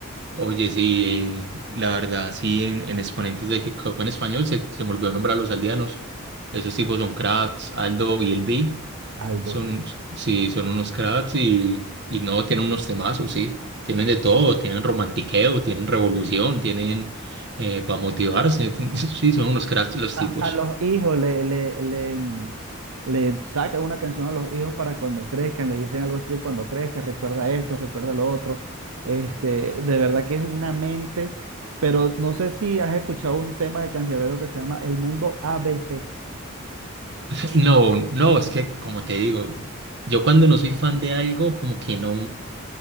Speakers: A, on the right (about 50°); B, on the right (about 80°).
A: Oye, sí, eh, la verdad, sí, en, en exponentes de hip hop en español se, se me olvidó nombrar a los aldeanos. Esos tipos son crats, Aldo y el B.
B: Aldo,
A: Son,
B: sí.
A: sí, son unos crats y, y no, tienen unos temazos, sí. Tienen de todo, tienen romantiqueo, tienen revolución, tienen para motivarse. <laughs> Sí, son unos crats los
B: A,
A: tipos.
B: a los hijos le, le, le, mm, le saca una canción a los hijos para cuando crezcan, le dicen algo así que cuando crezcas recuerda esto, recuerda lo otro. Este, de verdad que es una mente, pero no sé si has escuchado un tema de Canserbero que se llama El Mundo a b c
A: <laughs> No, no, es que como te digo, yo cuando no soy fan de algo, como que no.